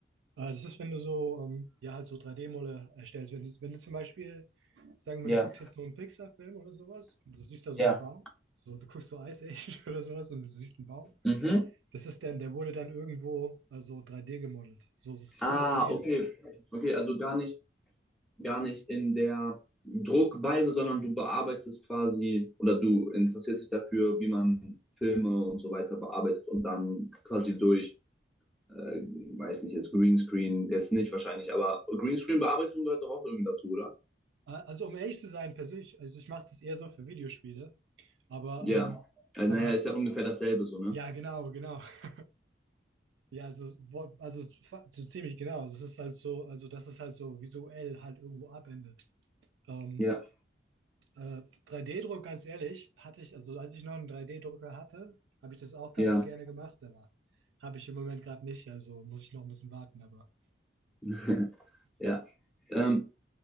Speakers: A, on the right (about 80°); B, in the centre.
A: äh, das ist, wenn du so, ähm, ja, halt so drei d modelle erstellst. Wenn du, wenn du zum Beispiel, sagen wir
B: Ja,
A: mal, du guckst jetzt so einen Pixar-Film oder sowas und du siehst da so
B: ja.
A: einen Baum, so, du guckst so Ice Age <laughs> oder sowas und du siehst einen Baum.
B: Mhm.
A: Das ist dann, der wurde dann irgendwo äh, so drei d gemodelt, so so skulpturiert.
B: Ah, okay. Okay, also gar nicht, gar nicht in der Druckweise, sondern du bearbeitest quasi oder du interessierst dich dafür, wie man Filme und so weiter bearbeitet und dann quasi durch, äh, weiß nicht, jetzt Greenscreen, jetzt nicht wahrscheinlich, aber Greenscreen-Bearbeitung gehört doch auch irgendwie dazu, oder?
A: Äh, also um ehrlich zu sein, persönlich, also ich mache das eher so für Videospiele, aber,
B: Ja.
A: ähm,
B: Also,
A: aber
B: naja, ist ja ungefähr dasselbe so, ne?
A: ja, genau, genau. <laughs> Ja, also, wo- also fa- so ziemlich genau. Also, es ist halt so, also das ist halt so visuell halt irgendwo abendet. Ähm,
B: Ja,
A: äh, 3D-Druck, ganz ehrlich, hatte ich, also als ich noch einen 3D-Drucker hatte, habe ich das auch ganz
B: ja,
A: gerne gemacht, aber habe ich im Moment gerade nicht, also muss ich noch ein bisschen warten, aber.
B: <laughs> ja. Ähm,